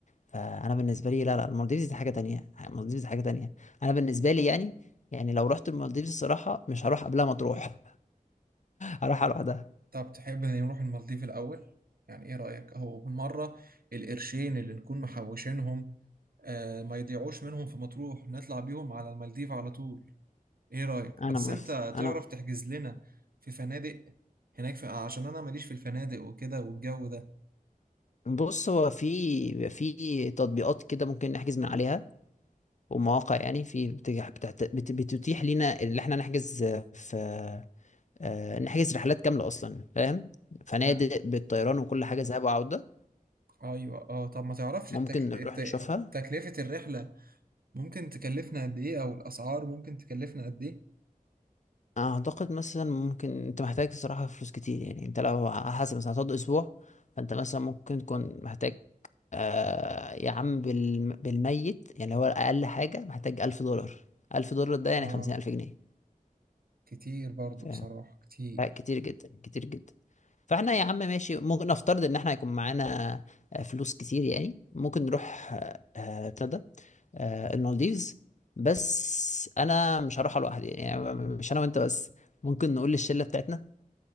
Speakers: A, on the left; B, on the right.
A: فأنا بالنسبة لي لا لا المالديفز دي حاجة تانية المالديفز دي حاجة تانية أنا بالنسبة لي يعني يعني لو رحت المالديفز الصراحة مش هروح قبلها مطروح هروحها لوحدها
B: طب تحب ان نروح المالديف الأول يعني ايه رأيك اهو بالمرة القرشين اللي نكون محوشينهم آه ما يضيعوش منهم في مطروح نطلع بيهم على المالديف على طول ايه رأيك
A: انا
B: بس
A: موافق
B: انت
A: انا
B: تعرف تحجز لنا في فنادق هناك في... آه، عشان انا ماليش في الفنادق وكده والجو ده
A: بص هو في في تطبيقات كده ممكن نحجز من عليها ومواقع يعني في بتجح- بتعت... بت... بتتيح لينا اللي احنا نحجز في آه، نحجز رحلات كاملة اصلا فاهم فنادق
B: آه
A: بالطيران وكل حاجة ذهاب وعودة
B: ايوه اه طب ما تعرفش
A: ممكن
B: التك...
A: نروح
B: الت...
A: نشوفها
B: تكلفة الرحلة ممكن تكلفنا قد ايه او الأسعار ممكن تكلفنا قد ايه
A: اعتقد مثلا ممكن انت محتاج الصراحه فلوس كتير يعني انت لو على حسب مثلا هتقعد اسبوع فانت مثلا ممكن تكون محتاج آه يا عم بالم- بالميت يعني هو اقل حاجه محتاج ألف دولار ألف دولار ده يعني
B: اه
A: خمسين ألف جنيه
B: كتير برضو
A: ف
B: بصراحة كتير
A: لا، كتير جدا كتير جدا فاحنا يا عم ماشي ممكن نفترض ان احنا هيكون معانا آه، فلوس كتير يعني ممكن نروح آه، آه، ابتدى آه، المالديفز بس انا مش هروح لوحدي يعني مش انا وانت بس ممكن نقول للشله بتاعتنا